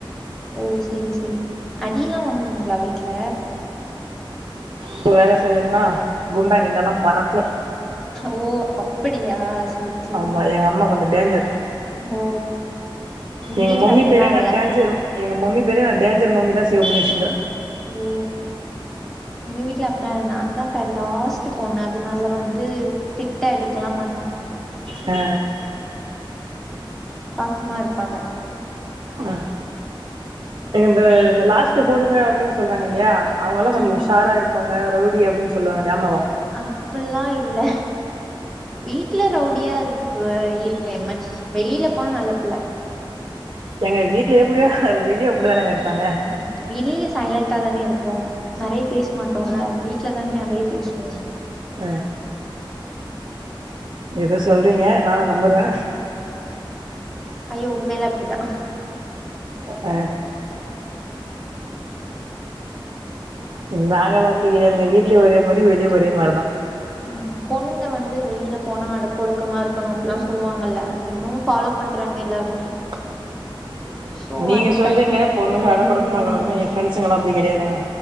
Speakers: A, in the centre; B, on the right (about 55°).
A: ஓ செரி செரி அடிலா வாங்குவீங்ளா வீட்ல
B: சோ வேல செய்யல்னா குண்டா கிண்டாலா பறக்கு
A: ஓ அப்படியா சேரி சேரி
B: ஆமா எங்க அம்மா கொஞ்ச டேஞ்சர்
A: ஓ
B: எங்க
A: வீட்ல
B: மம்மி
A: அப்பல்லா
B: பேரே நா
A: இல்ல
B: டேஞ்சர் எங்க மம்மி பேரே நா டேஞ்சர் மம்மி தா சேவ் பண்ணி வச்சுன்னுக்கிற
A: ஓ எங்க வீட்ல அப்லா இல்ல நா தா க லாஸ்ட்டு பொண்ணு அதனால வந்து திட்ட அடிக்கலா மாட்டாங்க
B: ஆ
A: பாசமா இருப்பாங்க
B: ஆ இந்த இந்த லாஸ்ட்டு பொண்ணுங்க அப்டின் சொல்றாங்க இல்லையா அவுங்கல்லா கொஞ்ச
A: ம்
B: உஷாரா இருப்பாங்க ரவுடி அப்டின் சொல்லுவாங்ளே ஆமாவா
A: அப்பில்லா இல்ல வீட்ல ரவுடியா இருக்க இருப்பே மட் வெளில போனா நல்ல புள்ள
B: ஏங்க வீட்ல எப்டியோ வெளிய அப்டிதானங்க இருப்பாங்க
A: ம் வெளிய சைலண்டா தானே இருப்போ நெறைய பேச மாட்டோல வீட்ல தானே நெறைய பேசுவோ
B: ஆ எதோ சொல்றீங்க நானு நம்புறே
A: ஐய்யோ உண்மையில அப்டிதா
B: அ நாங்கலா அப்டி கெடையாதுங்க வீட்லியு ஒரே மாரி வெளிய ஒரே மார்தா
A: ம் பொண்ணுங்க வந்து வெளியில போனா அடக்கு ஒடக்கமா இருக்கணு அப்பல்லா சொல்லுவாங்கல்ல அது இன்னு ஃபாலோ பண்றாங்க எல்லாருமே
B: <inaudible>
A: சோ
B: நீங்க
A: அந்த
B: சொல்றீங்க
A: கல்ச்சருக்கு
B: பொண்ணுங்க
A: ஏத்த போல
B: அடக்க
A: தானே
B: ஒடக்கமா
A: இருக்கணு
B: இக்குணுனு ஏ ஃப்ரெண்ட்ஸ்கெல்லா அப்டி கெடையாதுங்க